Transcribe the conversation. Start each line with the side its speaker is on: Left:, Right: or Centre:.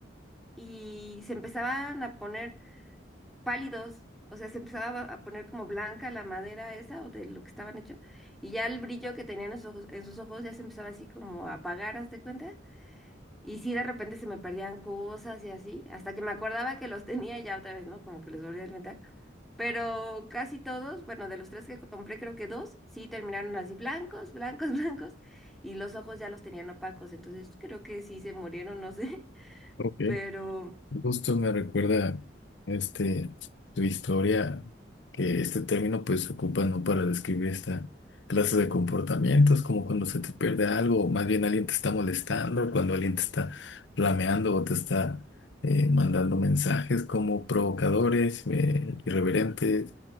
Centre: Y se empezaban a poner pálidos, o sea, se empezaba a poner como blanca la madera esa o de lo que estaban hecho, y ya el brillo que tenían en sus ojos, en sus ojos ya se empezaba así como a apagar, ¿haz de cuenta? Y sí, de repente se me perdían cosas y así, hasta que me acordaba que los tenía y ya otra vez, ¿no? Como que los volví a alimentar. Pero casi todos, bueno, de los tres que compré, creo que dos, sí terminaron así blancos, blancos, <laughs> blancos, y los ojos ya los tenían opacos, entonces creo que sí se murieron, no sé, <laughs>
Left: Ok.
Centre: pero...
Left: Justo me recuerda este, tu historia, que este término pues se ocupa no para describir esta clase de comportamientos, como cuando se te pierde algo, o más bien alguien te está molestando, cuando alguien te está flameando o te está eh, mandando mensajes como provocadores, eh, irreverentes,